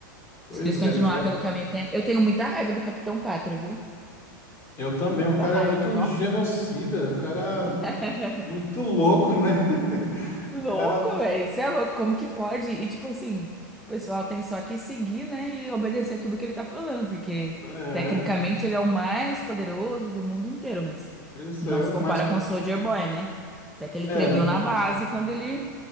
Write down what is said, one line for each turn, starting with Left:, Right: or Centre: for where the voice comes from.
Left: Pois
Centre: Se eles continuar
Left: é,
Centre: pelo caminho que tem. Eu tenho muita raiva do Capitão Pátria, viu?
Left: eu também.
Centre: Muita
Left: O cara
Centre: raiva,
Left: é muito
Centre: nossa.
Left: genocida. O cara
Centre: <laughs>
Left: é muito louco, né?
Centre: Louco,
Left: O cara.
Centre: velho. Isso é louco. Como que pode? E tipo assim, o pessoal tem só que seguir, né? E obedecer tudo que ele tá falando, porque
Left: É,
Centre: tecnicamente ele é o mais poderoso do mundo inteiro, mas
Left: pois
Centre: não
Left: é,
Centre: se compara
Left: mas.
Centre: com o Soldier Boy, né? Até que ele
Left: É,
Centre: tremeu
Left: no,
Centre: na base quando ele